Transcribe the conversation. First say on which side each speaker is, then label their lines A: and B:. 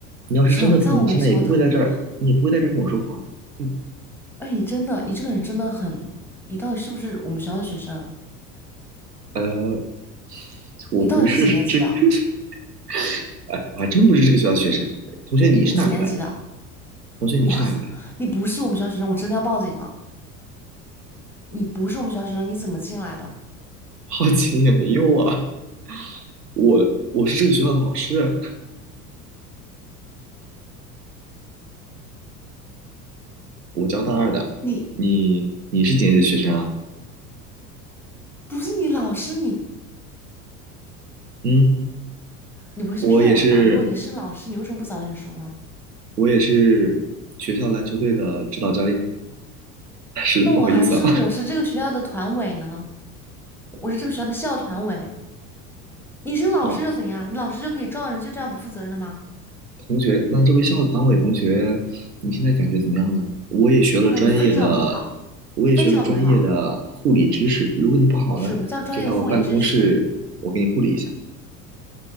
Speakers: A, on the right; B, in the centre.
A: 你要是真的疼，
B: 什么叫我没什么疼的啊？
A: 你现在也不会在这儿，你也不会在这儿跟我说话，对不对？
B: 哎，你真的，你这个人真的很，你到底是不是我们学校的学生啊？
A: 呃，<laughs> 我不是这个，
B: 你到底是几年级的？
A: <laughs> 哎，我还真不是这个学校的学生。同学，你是哪个班的？
B: 你几年级的？
A: 同学，你是哪个班？
B: 哇塞，你不是我们学校学生，我真的要报警了！你不是我们学校学生，你怎么进来的？
A: <laughs> 好奇也没用啊。我我是这个学校的老师，我教大二的，
B: 你
A: 你你是几年级的学生啊？
B: 不是你老师，你
A: 嗯，
B: 你不会是骗我的吧？
A: 我也是，
B: 如果你是老师，你为什么不早点说呢？
A: 我也是学校篮球队的指导教练。<laughs> 是的，
B: 那我还说我是这个学校的团委呢，
A: 不好意思啊。
B: 我是这个学校的校团委。你是老师又怎样？
A: 哦，
B: 你老师就可以撞人，就这样不负责任的吗？
A: 同学，那这位校团委同学，你现在感觉怎么样呢？我也学了专业的，
B: 我感觉非常不好，
A: 我也学了专业的护理知识。
B: 非常不好。
A: 如果你不好呢，
B: 什么叫专业的护理知识？
A: 可以来我办公室，我给你护理一下。